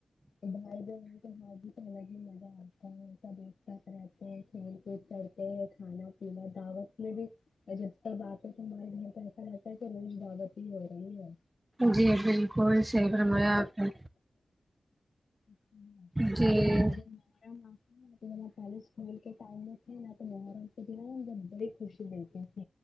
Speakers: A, on the left; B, on the right.
A: ہی مزہ آتا ہے سب ایک ساتھ رہتے ہیں کھیل کود کرتے ہیں کھانا پینا دعوت میں بھی جب تب آتے ہے تو ہمارے گھر پ ایسا رہتا ہے کہ روز دعوت ہی ہو رہی ہے
B: جی بالکل سیک
A: سب
B: رمایا
A: ساتھ مل
B: آپ نے
A: نر
B: جی
A: آ تو پہلے کل کے ٹائم میں تھ تو نرام تو د ج خوشی دیتے تھ